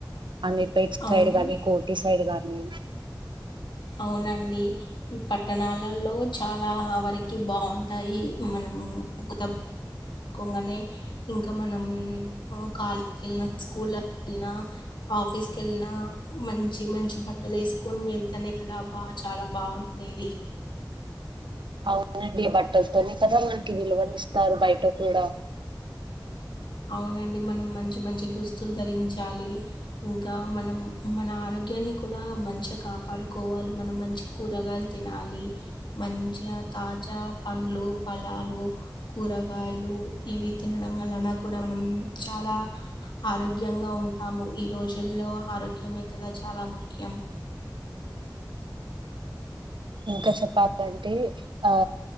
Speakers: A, on the right; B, on the left.
A: అమీర్పేట్
B: అవునా
A: సైడ్ గాని, కోటి సైడ్ గాని
B: అవునండి. ఈ పట్టణాలలో చాలా వరకి బాగుంటాయి మనము, ముత కొంగానే ఇంకా మనం కాలేజ్ కెళ్ళిన, స్కూల్ల కెళ్ళిన ఆఫీస్ కి వెళ్ళినా మంచి మంచి బట్టలు వేసుకొని వెళ్తనే కదా బా చాలా బాగుంది. ఇది
A: అవునండి. బట్టలతోనే కదా మనకి విలువని ఇస్తారు బయట కూడ.
B: అవునండి మనం మంచి మంచి దుస్తులు ధరించాలి. ఇంకా మనం మన ఆరోగ్యాన్ని, కూడా మంచిగా కాపాడుకోవాలి మనం మంచి కూరగాయలు తినాలి మంచిగా తాజా పండ్లు పలాలు కూరగాయలు ఇవి తినడం వలన కూడా మనం చాలా ఆరోగ్యంగా ఉంటాము ఈ రోజుల్లో ఆరోగ్యమే కదా చాలా ముఖ్యం
A: ఇంకా చెప్పాలంటే ఆ